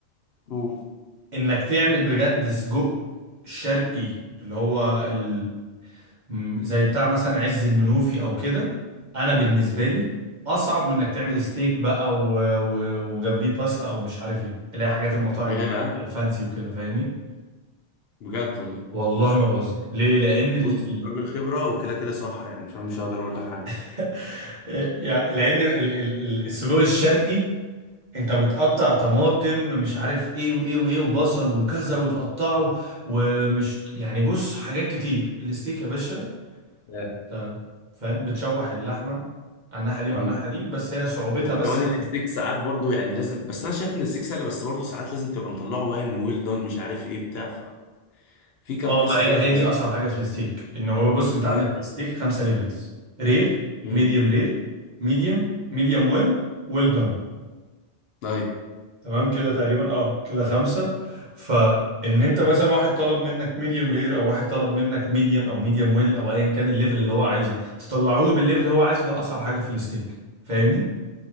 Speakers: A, on the left; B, on the right.
A: قول
B: انك تعمل بجد سجق شرقي اللي هو ال... م- زي بتاع مثلا عز المنوفي او كده انا بالنسبه لي اصعب من انك تعمل ستيك بقى و... و... وجنبيه باستا او مش عارف ايه اللي هي حاجات المطاعم
A: ياه
B: بقى اللي هي الفانسي وكده فاهمني
A: بجد والله
B: والله ما بهزر ليه لان ال...
A: بص أنت
B: ال...
A: راجل خبرة وكده كده صح يعني فاهم مش هقدر أقول لك حاجة
B: <laughs> يعني لان ال... ال... ال- السجق الشرقي انت بتقطع طماطم مش عارف ايه وايه وايه وبصل وكذا وتقطعه ومش يعني بص حاجات كتير الستيك يا باشا
A: آه.
B: ت- فاهم بتشوح اللحمه على الناحيه دي
A: امم
B: وعلى الناحيه دي بس هي صعوبتها
A: وكمان
B: بس انك
A: الاستيك ساعات برضو يعني لازم بس أنا شايف إن الاستيك سهل بس برضو ساعات لازم تبقى مطلعه وين ويل دون مش عارف إيه بتاع ففي كام
B: اه
A: قصة
B: ما هي
A: كده في
B: هي
A: الاستيك
B: دي اصعب حاجه في الستيك ان هو بص انت
A: طيب
B: عندك الستيك خمسه ليفلز رير
A: امم
B: ميديوم رير ميديوم ميديوم ويل ويل دون
A: طيب
B: تمام كده تقريبا اه كده خمسه فان انت مثلا واحد طلب منك ميديوم رير او واحد طلب منك ميديوم او ميديوم ويل او ايا كان الليفل اللي هو عايزه تطلعه له بالليفل اللي هو عايزه ده اصعب حاجه في الستيك فاهمني